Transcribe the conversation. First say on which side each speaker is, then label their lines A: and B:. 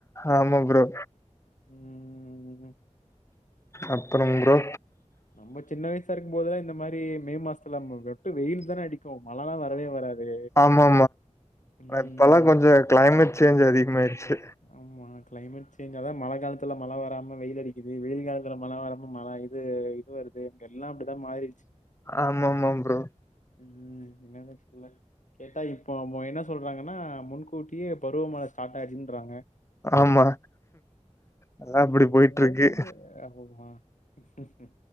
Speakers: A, on the left; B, on the left.
A: ஆமா ப்ரோ
B: ம்‌ம்
A: அப்பறம் ப்ரோ
B: நம்ம சின்ன வயசா இருக்கும் போதுதான் இந்த மாரி மே மாசத்துல நம்ம வெட்டு வெயில் தானே அடிக்கும் மழல்லாம் வரவே வராது
A: ஆமா
B: உம்
A: அப்பல்லாம் கொஞ்சம் கிளைமேட் சேஞ்ச் அதிகமாய்யிடுச்சு
B: ஆமா கிளைமேட் சேஞ்ச் அதான் மழை காலத்துல மழை வராம வெயில் அடிக்குது வெயில் காலத்துல மழை வராம மழை இது இது வருது இங்க எல்லாம் அப்டிதான் மாறிடுச்சு
A: ஆமாமா ப்ரோ
B: ம் என்னன்னு சொல்ல கேட்டா இப்போ அவன்‌ என்ன சொல்றாங்கன்னா முன்கூட்டியே பருவமழை ஸ்டார்ட் ஆயிடுச்சின்றாங்க
A: ஆமா அதா
B: ஐயோ
A: அப்டி போயிட்ருக்கு
B: ‌ஐயோ அப்பறமா ச சரி